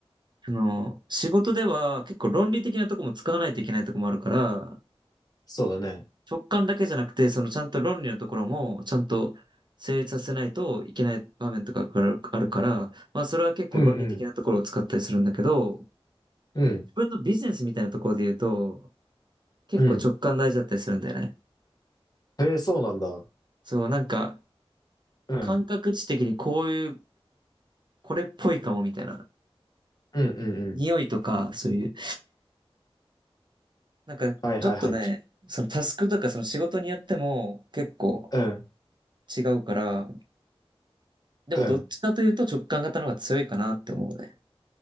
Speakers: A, on the right; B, on the left.
A: あの、仕事では結構論理的なとこも使わないといけないとこもあるから、
B: そうだね。
A: 直感だけじゃなくて、そのちゃんと論理のところもちゃんと成立させないといけない場面とかがあるから、まあそれは結構論理的なところを使ったりするんだけど、
B: うんうん。うん。
A: 自分のビジネスみたいなところで言うと、結構直感大事だったりするんだよね。
B: うん。へえ、そうなんだ。
A: そう、なんか
B: うん。
A: 感覚値的にこういう、これっぽいかもみたいな。
B: うんうんうん。
A: 匂いとか、そういう。なんかちょっとね、
B: はいはいはい。き
A: そのタスクとかその仕事によっても結構、
B: うん。
A: 違うから、でもどっちかというと直感型の方が強いかなって思うね。
B: うん。